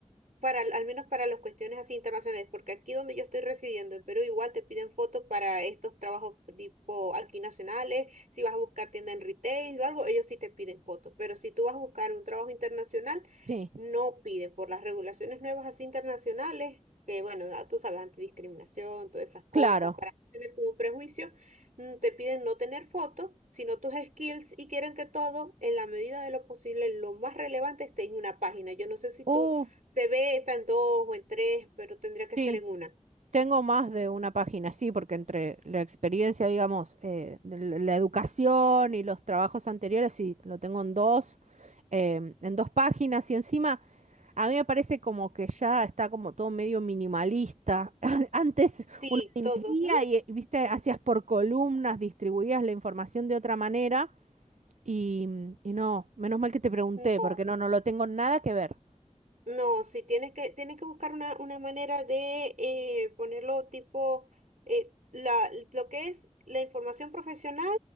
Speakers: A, on the right (about 85°); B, on the right (about 70°).
A: para, al menos para las cuestiones así internacionales, porque aquí donde yo estoy residiendo, en Perú, igual te piden fotos para estos trabajos tipo aquí nacionales, si vas a buscar tienda en retail o algo, ellos sí te piden fotos, pero si tú vas a buscar un trabajo internacional,
B: Sí,
A: no piden por las regulaciones nuevas así internacionales, que bueno, ah, tú sabes, antidiscriminación, todas esas cosas,
B: claro.
A: para no tener como un prejuicio, mm, te piden no tener fotos, sino tus skills y quieren que todo, en la medida de lo posible, lo más relevante esté en una página. Yo no sé si tú
B: Uh,
A: se ve, está en dos o en tres, pero tendría que
B: sí.
A: ser en una.
B: Tengo más de una página, sí, porque entre la experiencia, digamos, eh, de la la educación y los trabajos anteriores, sí, lo tengo en dos, em, en dos páginas y encima a mí me parece como que ya está como todo medio minimalista. <laughs> Antes
A: Sí,
B: uno dividía
A: todos. ¿m?
B: y, eh, viste, hacías por columnas, distribuías la información de otra manera y, y no, menos mal que te pregunté,
A: No.
B: porque no, no lo tengo nada que ver.
A: No, sí, tienes que, tienes que buscar una, una manera de eh, ponerlo tipo, eh, la, lo que es la información profesional,